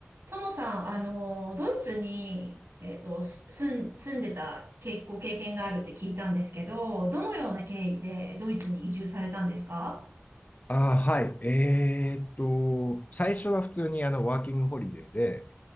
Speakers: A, on the right; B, on the left.
A: ともさん、あの、ドイツに、えっと、す住ん、住んでたけ、ご経験があるって聞いたんですけど、どのような経緯でドイツに移住されたんですか
B: ああ、はい。えーっと、最初は普通にあのワーキングホリデーで、